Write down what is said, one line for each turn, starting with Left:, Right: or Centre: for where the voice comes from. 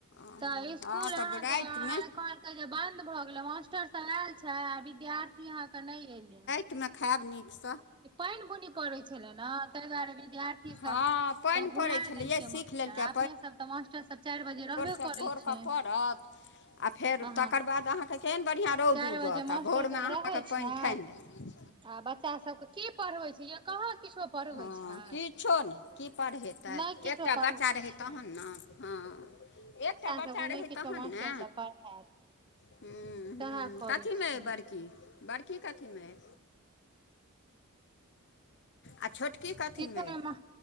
Left: हँ
Right: तऽ इसकुल
Left: हँ
Right: अहाँके
Left: तब रातिमे
Right: अहा जे बंद भऽ गेले मास्टर सब आयल छै आ विद्यार्थी अहां के नहि एले
Left: टमे खायब नीकस।
Right: पानि बुनी पड़ै छलै ने ताहि दुआरे विद्यार्थी सब
Left: हँ पानि
Right: क घुरा
Left: पड़ै छलैए
Right: देलकै
Left: सीख
Right: मास्टर
Left: लेलकै
Right: आ अपने सब तऽ मास्टर सब चारि बजे रहबे
Left: भोर
Right: करै छै
Left: क परत आ फेर
Right: अहाँ
Left: तकर बाद अहांके केहन‌ बढियां रौद
Right: चारि
Left: उगत
Right: बजे मास्टर
Left: आ भोरमे
Right: सब
Left: अहाँके
Right: रहै
Left: पानि
Right: छै
Left: ठानि लेत
Right: आ बच्चा सब के की पढ़बै छै यै कहाँ किछो पढ़बै
Left: हँ
Right: छै
Left: किछो नहि की पढ़ेतै
Right: नहि किछो
Left: एकटा
Right: पढ़बै
Left: बच्चा रहै
Right: छै
Left: तहन न हँ एकटा बच्चा
Right: सबके
Left: रहय
Right: नहि किछो
Left: तहन
Right: मास्टर
Left: ने
Right: सब पढ़ायत
Left: हूं हूं
Right: सएह करै
Left: कथीमे
Right: छै
Left: अइ बड़की, बड़की कथीमे अइ? आ छोटकी कथीमे
Right: किछो
Left: अइ?
Right: नहि